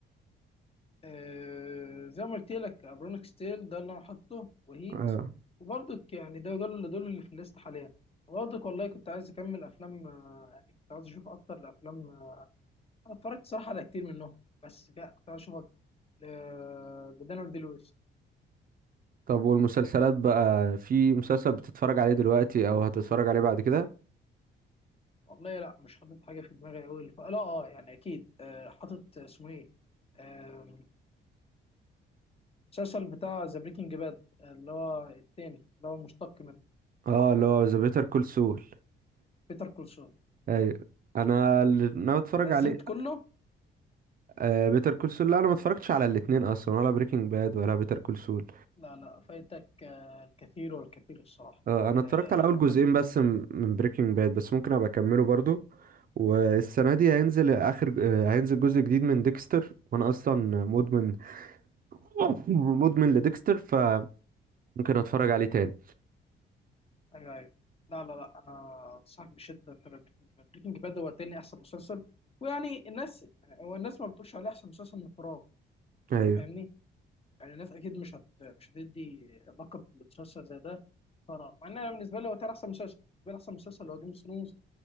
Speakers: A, on the left; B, on the right.
A: آه، زي ما قلت لك ابرونيك ستيل ده اللي انا حاطه وهيت
B: آه
A: وبرضك يعني ده دول دول اللي في الليست حاليا برضك والله كنت عايز اكمل افلام آه، يعني كنت عايز اشوف اكتر الافلام آه، انا اتفرجت صراحه على كتير منهم بس لا، كنت عايز اشوف أكتر. ل- لدانيال دي لويس
B: طب والمسلسلات بقى في مسلسل بتتفرج عليه دلوقتي او هتتفرج عليه بعد كده
A: والله لا مش حاطط حاجه في دماغي قوي لا اه يعني اكيد آه، حاطط اسمه ايه آه، المسلسل بتاع ذا بريكنج باد اللي هو التاني اللي هو مشتق منه
B: اه اللي هو ذا بيتر كول سول
A: بيتر كولسون بالظبط.
B: ايوه انا اللي ناوي اتفرج
A: نزلت
B: عليه
A: كله
B: آه بيتر كول سول لا انا ما اتفرجتش على الاتنين اصلا ولا بريكنج باد ولا بيتر كول سول
A: لا لا فايتك آه، الكثير والكثير الصراحه
B: آه، انا اتفرجت
A: آه،
B: على اول
A: بيتر
B: جزئين
A: كول
B: بس م- من بريكنج باد بس ممكن ابقى اكمله برضو والسنه دي هينزل اخر آه، هينزل جزء جديد من ديكستر وانا اصلا مدمن <laughs> مدمن لديكستر فممكن اتفرج عليه تاني
A: ايوه ايوه لا لا لا انا انصحك بشده تبقى بريكنج باد بريكنج باد هو تاني احسن مسلسل ويعني الناس هو الناس ما بتقولش عليه احسن مسلسل من فراغ
B: ايوه
A: فاهمني يعني الناس اكيد مش هت مش هتدي لقب لمسلسل زي ده فراغ مع ان انا بالنسبه لي هو تاني احسن مسلسل بالنسبه لي احسن مسلسل هو جيم اوف ثرونز